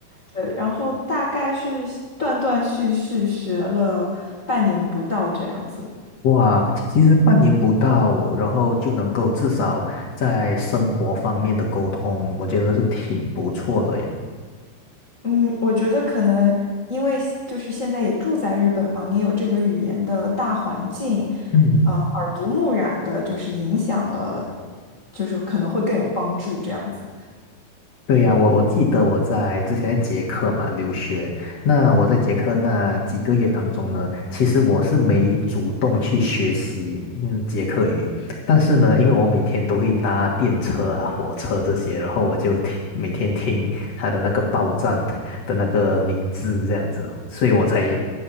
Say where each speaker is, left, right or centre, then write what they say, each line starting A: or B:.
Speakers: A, on the left; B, on the left.
A: 对，然后大概是断断续续学了半年不到这样子。
B: 哇，其实半年不到，然后就能够至少在生活方面的沟通，我觉得是挺不错了耶。
A: 嗯，我觉得可能因为就是现在也住在日本嘛，你有这个语言的大环境，
B: 嗯。
A: 呃，耳濡目染的，就是影响了，就是可能会更有帮助这样子。
B: 对呀，我我记得我在之前在捷克嘛留学，那我在捷克那几个月当中呢，其实我是没主动去学习嗯捷克语，但是呢，因为我每天都会搭电车啊、火车这些，然后我就听每天听他的那个报站的那个名字这样子，所以我才